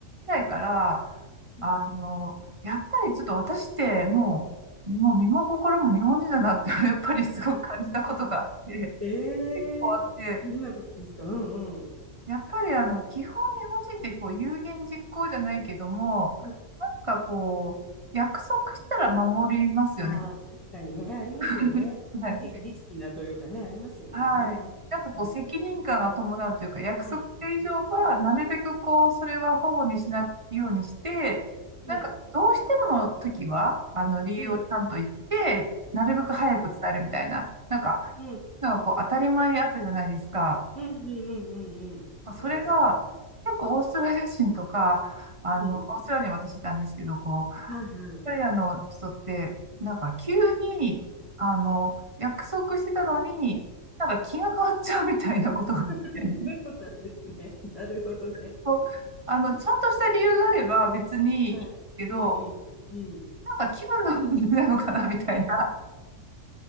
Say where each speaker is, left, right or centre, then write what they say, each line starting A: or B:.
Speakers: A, on the right; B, on the left.
A: らいから、
B: うん。
A: あの、やっぱりちょっと私ってもう、もう身も心も日本人だなって <laughs> やっぱりすごく感じたことがあって、
B: ええどんなことですかうんうん。
A: 結構あって、やっぱりあの、基本日本人ってこう、有言実行じゃないけども、
B: うん、
A: なんかこう、約束したら守りますよね。
B: ああ、確かにね、ありますよね。
A: <laughs> はい
B: リ儀律儀なというかね、ありますよね。
A: はい。
B: うん。
A: なんかこう、
B: うん。
A: 責任感が伴うというか、約束以上は、
B: はいはいはい。
A: なるべくこう、それは保護にしないようにして、
B: うん。
A: なんか、どうしてもの時は、あの、理由をちゃんと言って、
B: うん。
A: なるべく早く伝えるみたいな、
B: うん。
A: なんか、
B: うん。
A: なんかこう、当たり前あったじゃないですか。
B: うん。うん。うんうんうんそうですよね。
A: それが、結構オーストラリア人とか、あの、
B: うん。
A: オーストラリアに私いたんですけど、こう、オー
B: はいはい。
A: ストラリアの人って、なんか急に、あの、約束してたのに、なんか気が変わっちゃうみたいなことがあって、
B: <laughs> そうなんですね。なるほどね。
A: <laughs> そうあの、ちゃんとした理由があれば別にいいけど、
B: はい。うんうん。うん。
A: なんか気分の問題なのかなみたいな、
B: うん。